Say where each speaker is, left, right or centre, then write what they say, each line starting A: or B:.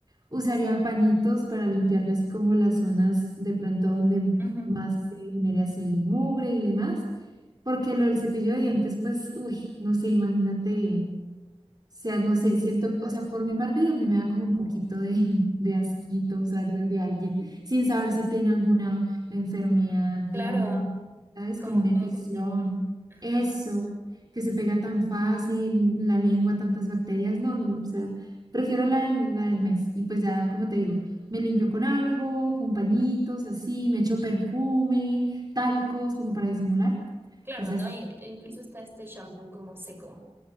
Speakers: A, on the right; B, on the right.
A: Usaría pañitos para limpiarme así como las zonas de pronto donde
B: Ujú.
A: más se genere así mugre y demás, porque lo del cepillo de dientes, pues, uy, no sé, imagínate sea, no sé, siento, que- o sea, por mi parte a mí me da como un poquito de, <laughs> de asquito usarlo el de alguien sin saber si tiene alguna enfermedad, digamos,
B: Claro,
A: ¿sabes?
B: como
A: Como una infección,
B: conjuntivitis. Ajá.
A: eso, que se pega tan fácil, en la lengua, tantas bacterias, no, no, no, o sea, prefiero la, del- la del mes y pues ya, como te digo, me limpio con algo, con pañitos, así, me echo perfume, talcos, como para disimular.
B: Claro,
A: Entonces,
B: ¿no? Y e incluso está este shampoo como seco.